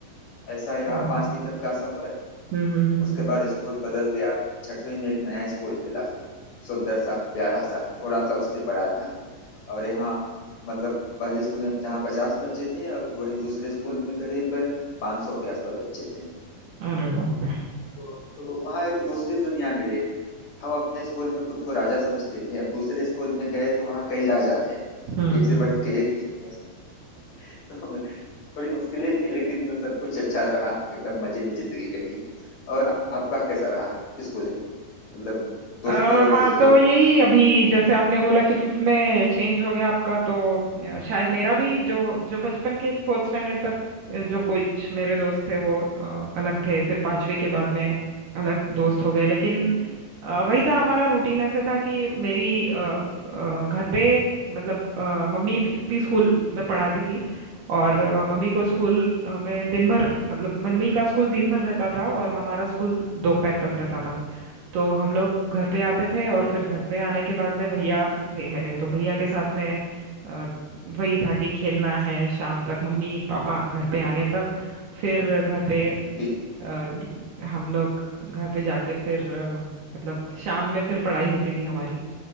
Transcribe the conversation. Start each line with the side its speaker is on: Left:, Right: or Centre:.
Left: ऐसा ही रहा
Right: हाँ
Left: पांचवी
Right: हम्म
Left: तक का सफर
Right: हम्म हम्म
Left: उसके बाद स्कूल बदल गया छठवीं में एक नया स्कूल मिला सुंदर सा प्यारा सा थोड़ा सा उससे बड़ा था और यहाँ मतलब पहले स्कूल में जहाँ पचास बच्चे थे और वही दूसरे स्कूल में करीब पाँच सौ के आसपास बच्चे थे
Right: अरे बाप रे
Left: तो तो वहाँ एक दूसरी दुनिया मिले हम अपने स्कूल में खुद को राजा समझते थे अब दूसरे स्कूल में गए तो वहाँ कई राजा थे
Right: हम्म
Left: एक से बढ़ के एक <laughs> तो थोड़ी मुश्किलें थी लेकिन सब कुछ अच्छा रहा एकदम मजे में जिंदगी कटी और आपका कैसा रहा स्कूल मतलब दोस्तों
Right: अ,
Left: और
Right: हाँ
Left: दूसरे लोगों
Right: तो यही अभी जैसे आपने बोला कि फिफ्थ में चेंज हो गया आपका तो अ, शायद मेरा भी जो जो बचपन के फोर्थ स्टैंडर्ड तक अ, जो कुछ मेरे दोस्त थे वो अ, अलग थे फिर पांचवी के बाद में अलग दोस्त हो गए लेकिन
Left: हम्म,
Right: अ, वही था हमारा रूटीन ऐसे था कि मेरी अ, अ, घर पे मतलब अ, मम्मी भी स्कूल में पढ़ाती थी और अ, मम्मी को स्कूल अ, में दिन भर मतलब मम्मी का स्कूल दिन भर रहता था और हमारा स्कूल दोपहर तक रहता था तो हम लोग घर पे आते थे और फिर घर पे आने के बाद में भैया थे मेरे तो भैया के साथ में अ, वही था कि खेलना है शाम तक मम्मी पापा घर पे आने तक फिर घर पे
Left: जी जी
Right: अ, हम लोग घर पे जाके फिर अ, मतलब शाम में फिर पढ़ाई होती थी हमारी